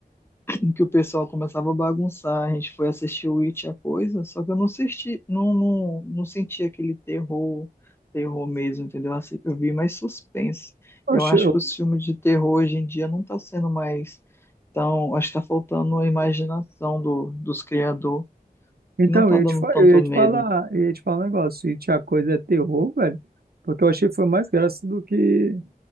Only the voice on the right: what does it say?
Poxa,
eu-
então,
eu ia
te, fa-
eu ia
te falar, eu ia te falar um negócio. Se a coisa é terror, velho, porque eu achei que foi mais graça do que,